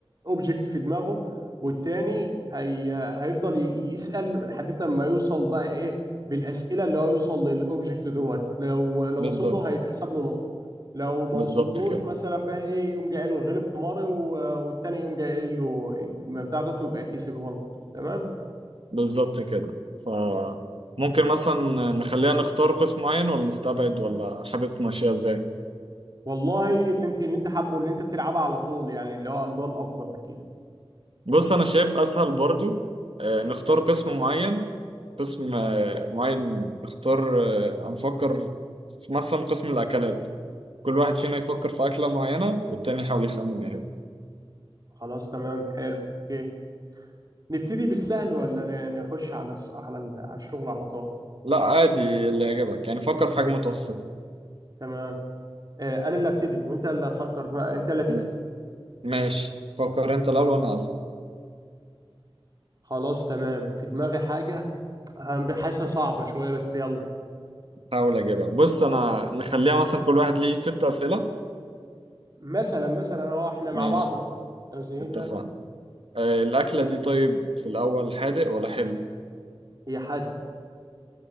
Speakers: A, on the right; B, on the right.
A: اوبجكت في دماغه والتاني هي هيفضل ي- يسأل لحد ما يوصل بقى ايه بالأسئلة اللي هو يوصل للاوبجكت دوت لو لو
B: بالظبط
A: وصل له هيتحسب له نقطة لو ما
B: بالظبط
A: وصلوش
B: كده
A: مثلا بقى ايه يقوم جاي قايل له غلب حماري و- والتاني يقوم جاي قايل له المبدأ ده ويبقى كسب هو النقطة تمام
B: بالظبط كده ف ممكن مثلا نخليها نختار قسم معين ولا نستبعد ولا حابب تمشيها ازاي
A: والله اللي انت اللي انت حابه اللي انت بتلعبها على طول يعني اللي هو ده الافضل اكيد
B: بص انا شايف اسهل برضو آه، نختار قسم معين قسم آه، معين نختار آه، هنفكر في مثلا قسم الاكلات كل واحد فينا يفكر في أكلة معينة والتاني يحاول يخمن ايه هي.
A: خلاص تمام حلو اوكي نبتدي بالسهل ولا ن- نخش على الس- على ال- على الشغل على طول
B: لا عادي اللي يعجبك يعني فكر في حاجة متوسطة
A: تمام آه، انا اللي ابتدي وانت اللي هتفكر بقى انت اللي تسأل
B: م- ماشي فكر انت الأول وأنا أصلا
A: خلاص تمام في دماغي حاجه هن- حاسسها صعبه شويه بس يلا
B: هحاول أجيبها بص أنا نخليها مثلا كل واحد ليه ست أسئلة
A: مثلا مثلا اهو احنا مع
B: ماشي
A: بعض اهو لو زهقنا
B: اتفقنا
A: أنا-
B: آه الأكلة دي طيب في الأول حادق ولا حلو
A: هي حادي